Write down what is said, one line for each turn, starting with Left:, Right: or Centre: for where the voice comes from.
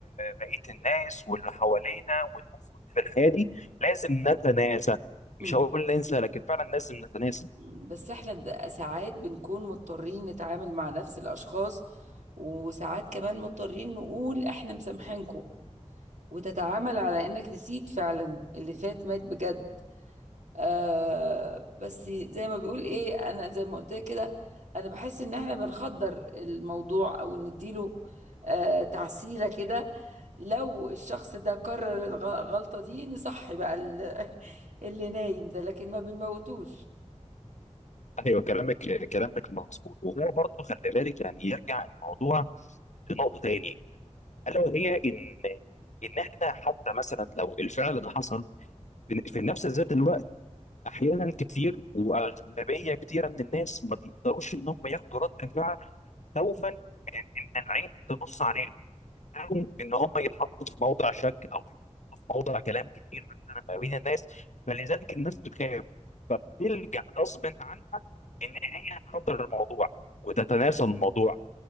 Left: بقية الناس واللي حوالينا ونموف في الحياة دي لازم نتناسى مش
Right: امم
Left: هقول ننسى لكن فعلا لازم نتناسى
Right: مم. بس احنا د- ساعات بنكون مضطرين نتعامل مع نفس الأشخاص وساعات كمان مضطرين نقول احنا مسامحينكم وتتعامل على انك نسيت فعلا اللي فات مات بجد آه بس زي ما بيقول ايه انا زي ما قلت لك كده انا بحس ان احنا بنخدر الموضوع او نديله آه تعسيلة كده لو الشخص ده كرر الغ- الغلطة دي نصحي بقى ال- <laughs> اللي نايم ده لكن ما بنموتوش
Left: ايوه كلامك كلامك مظبوط وهو برضه خلي بالك يعني يرجع الموضوع لنقطه تاني الا وهي ان ان احنا حتى مثلا لو الفعل ده حصل في في نفس ذات الوقت احيانا كتير واغلبيه كتيره من الناس ما بيقدروا ان هم ياخدوا رد فعل خوفا ان إن العين تبص عليهم أو ان هم يتحطوا في موضع شك او في موضع كلام كتير مثلا ما بين الناس فلذلك الناس بتخاف فبتلجأ غصب عنها ان هي تحضر الموضوع وتتناسى الموضوع